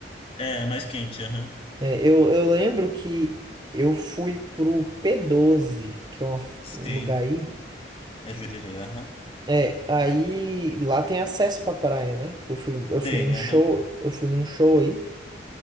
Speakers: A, on the left; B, on the right.
A: É, é mais quente, aham.
B: É, eu, eu lembro que eu fui pro p doze que é uma-
A: Sim.
B: um lugar aí.
A: É jurerê, aham.
B: É, aí lá tem acesso pra praia, né? Eu fui, eu fui
A: Tem,
B: num show,
A: aham.
B: eu fui num show aí.